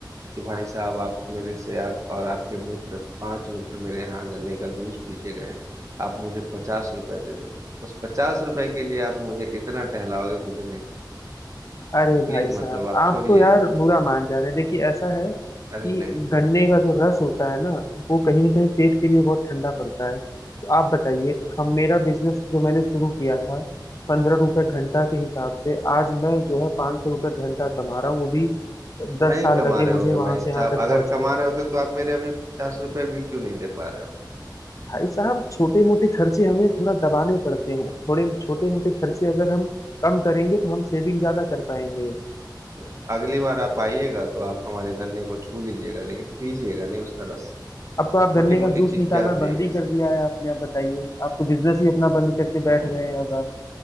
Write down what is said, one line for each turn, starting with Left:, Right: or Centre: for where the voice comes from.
Right: कि भाई साहब आप मेरे से आप और आपके मित्र पांच मित्र मेरे यहाँ गन्ने का जूस पी के गए आप मुझे पचास रुपए दे दो उस पचास रुपए के लिए आप मुझे इतना टहलाओगे मुझे नहीं
Left: अरे
Right: प्लीज
Left: भाई साहब
Right: मतलब आप
Left: आप
Right: छोड़िए
Left: तो यार बुरा मान जा रहे हैं देखिए ऐसा है कि
Right: अरे नहीं
Left: गन्ने का जो रस होता है ना वो कहीं ना कहीं पेट के लिए बहुत ठंडा पड़ता है तो आप बताइए हम मेरा बिजनेस जो मैंने शुरू किया था पंद्रह रुपए घंटा के हिसाब से आज मैं जो है पाँच सौ रुपये घंटा कमा रहा हूँ वो भी दस
Right: नहीं
Left: साल
Right: कमा
Left: लगे
Right: रहे होगे
Left: मुझे वहां
Right: भाई
Left: से
Right: साहब
Left: यहाँ तक
Right: अगर
Left: पहुंचने
Right: कमा रहे होते तो आप मेरे अभी पचास रुपए भी क्यों नहीं दे पा रहे हो
Left: भाई साहब छोटे मोटे खर्चे हमें थोड़ा दबाने पड़ते हैं थोड़े छोटे मोटे खर्चे अगर हम कम करेंगे तो हम सेविंग ज्यादा कर पाएंगे
Right: है। अगली बार आप आइएगा तो आप हमारे गन्ने को छू लीजिएगा लेकिन पीजिएगा नहीं उसका रस
Left: अब तो आप गन्ने
Right: छोटी
Left: का
Right: मोटी
Left: जूस
Right: चीज
Left: निकालना
Right: क्या पियेंगे
Left: बंद ही कर
Right: सर
Left: दिया है आपने अब बताइए आप तो बिजनेस ही अपना बंद करके बैठ
Right: नहीं
Left: गए हैं अब आप